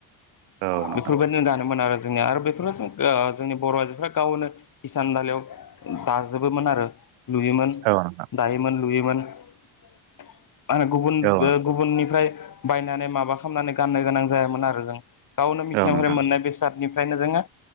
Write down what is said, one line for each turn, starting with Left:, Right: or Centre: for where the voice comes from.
Right: औ
Left: बेफोरबायदिनो
Right: नोंथां
Left: गानोमोन आरो जोंनिया आरो बेफोर जों जोंनि बर' आइजोफ्रा गावनो हिसान दानायाव दाजोबोमोन आरो लुयोमोन
Right: औ नोंथां
Left: दायोमोन लुयोमोन माहोनो गुबुन
Right: औ नोंथां
Left: गुबुननिफ्राय बायनानै माबा खालामनानै गाननो गोनां जायामोन आरो गावनो मिथिं
Right: औ नोंथां
Left: महरारि मोननाय बेसादनिफ्रायनो जोङो